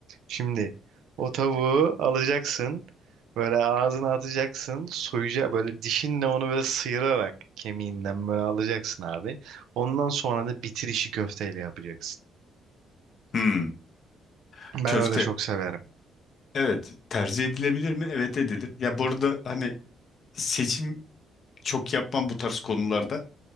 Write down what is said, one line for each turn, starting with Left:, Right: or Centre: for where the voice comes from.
Right: Şimdi o tavuğu alacaksın. Böyle ağzına atacaksın. Soyacak böyle dişinle onu böyle sıyırarak kemiğinden böyle alacaksın abi. Ondan sonra da bitirişi köfteyle yapacaksın.
Left: Hmm.
Right: Ben
Left: Köfte.
Right: öyle çok severim.
Left: Evet. Tercih edilebilir mi? Evet edilir. Ya bu arada hani seçim çok yapmam bu tarz konularda.